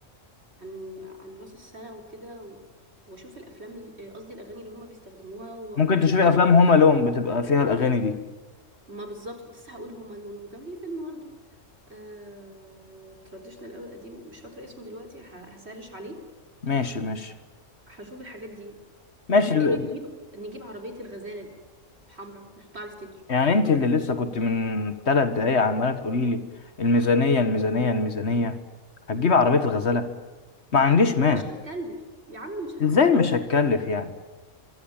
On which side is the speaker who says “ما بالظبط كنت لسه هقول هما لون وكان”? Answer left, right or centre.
Right